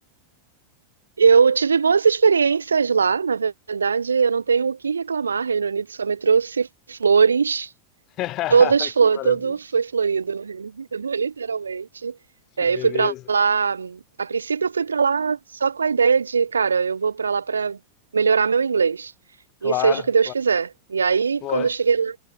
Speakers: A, on the right (about 75°); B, on the left (about 35°).
A: eu tive boas experiências lá, na verdade, eu não tenho o que reclamar. Reino Unido só me trouxe flores,
B: <laughs>
A: todas flores,
B: Que maravilha,
A: tudo foi florido no Reino Unido, <laughs> literalmente. É,
B: que beleza.
A: eu fui pra lá, a princípio eu fui pra lá só com a ideia de, cara, eu vou pra lá pra melhorar meu inglês.
B: Claro,
A: E seja o que Deus quiser. E aí,
B: claro.
A: quando eu cheguei